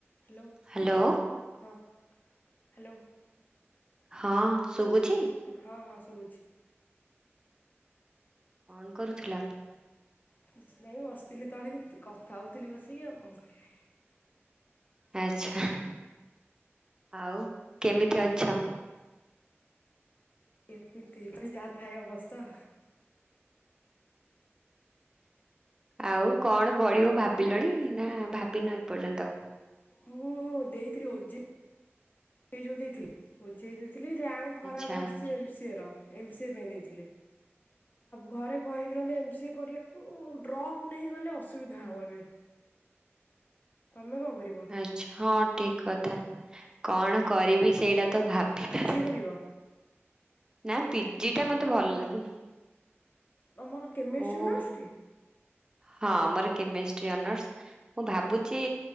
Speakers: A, on the left (about 40°); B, on the right (about 15°).
A: Hello.
B: Hello.
A: ହଁ hello.
B: ହଁ ଶୁଭୁଚି?
A: ହଁ ହଁ ଶୁଭୁଛି।
B: କଣ କରୁଥିଲ?
A: କିଛି ନାହିଁ ବସିଥିଲି ତଳେ କଥା ହଉଥିଲି ବସିକି ଆଉ କଣ କରିବି।
B: ଆଚ୍ଛା ଆଉ କେମିତି ଅଛ?
A: ଏମିତି ମାନେ ପା ଯାହା ଥାଏ ଅବସ୍ତା।
B: ଆଉ କଣ ପଢିବ ଭାବିଲଣି ନା ଭାବିନା ଏପର୍ଯ୍ୟନ୍ତ?
A: ମୁଁ ଦେଇଥିଲି ଓ ଜେ ଯୁ ଦେଇଥିଲି ଓଜେ ଦେଇଥିଲି ରେୟାଙ୍କ ଖରାପ
B: ଆଚ୍ଛା
A: ଆସିଛି ଏମସିଏ ର ଏମସିଏ ପାଇଁ ଦେଇଥିଲେ। ଘରେ କହିବନି ଏମ ସିଏ କରିବାକୁ ଡ୍ରପ୍ ନେଇ ଗଲେ ଅସୁବିଧା ହବ ଏବେ। ତମେ କଣ କରିବ?
B: ଆଚ୍ଛା ହଁ ଠିକ କଥା କଣ କରିବି ସେଇଟା ତ ଭାବିପାରୁ
A: କି କରିବ?
B: ନା ପିଜି ଟା ମତେ ଭଲ ଲାଗୁନି
A: ତମର କେମିଷ୍ଟ୍ରି
B: ମୁଁ
A: ଅନର୍ସ ଟି?
B: ହଁ ମୋର କେମିଷ୍ଟ୍ରି ଅନର୍ସ ମୁଁ ଭାବୁଛି